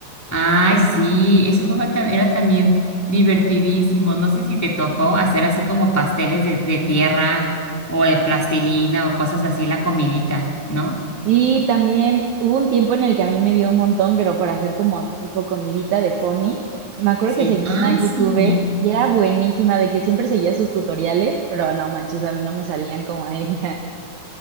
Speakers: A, in the centre; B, on the right.
A: Ay, sí, ese juego tam- era también divertidísimo. No sé si te tocó hacer así como pasteles de, de tierra o de plastilina o cosas así, la comidita, ¿no?
B: Sí, también hubo un tiempo en el que a mí me dio un montón, pero para hacer como tipo comidita de Fomi. Y me acuerdo
A: Sí.
B: que seguía
A: Ah,
B: una youtuber
A: sí.
B: y era buenísima de que siempre seguía sus tutoriales, pero no manches, a mí no me salían como a ella.